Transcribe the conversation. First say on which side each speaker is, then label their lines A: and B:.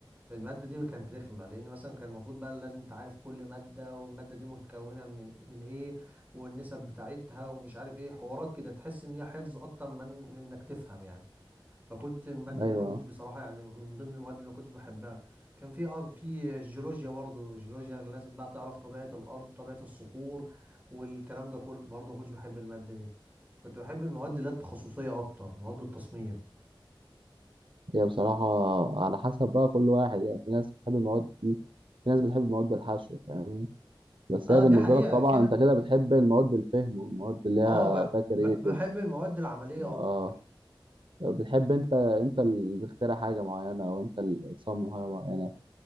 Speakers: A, on the right; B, on the right.
A: المادة دي كانت رخمة لأن مثلا كان المفروض بقى لازم تعرف كل مادة والمادة دي متكونة من من إيه والنسب بتاعتها ومش عارف إيه حوارات كده تحس إن هي حفظ أكتر من من إنك تفهم يعني فكنت المادة
B: ايوه
A: دي ما كنتش بصراحة يعني من ضمن المواد اللي ما كنتش بحبها كان في أر- في الجيولوجيا برضو الجيولوجيا لازم بقى تعرف طبيعة الأرض وطبيعة الصخور والكلام ده كله برضو ما كنتش بحب المادة دي كنت بحب المواد اللي هي التخصصية أكتر مواد التصميم
B: هي بصراحه على حسب بقى كل واحد يعني في ناس بتحب المواد دي في ناس بتحب مواد الحشو فاهمني بس
A: اه
B: هي بالنسبه
A: دي حقيقة
B: لك طبعا
A: في
B: انت كده
A: في
B: بتحب المواد الفهم والمواد اللي هي
A: اه بح-
B: فيها كرييتيف
A: بح- بحب المواد العملية
B: اه
A: أكتر
B: بتحب انت انت اللي تخترع حاجه معينه او انت اللي تصمم حاجه معينه